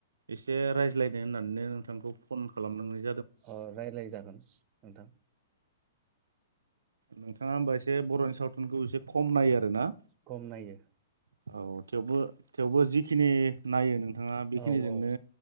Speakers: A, on the right; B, on the right.
A: एसे रायज्लायनो होननाननो नोंथांखौ फन खालामदों
B: ओ रायज्लाय जागोन नोंथां।
A: नोंथाङा होमबा एसे बरनि सावथुनखौ एसे खम नायो आरो ना।
B: खम नायो।
A: औ थेवबो-थेवबो जिखिनि नायो नों नोंथांङा बेखिनिजोंनो
B: औ औ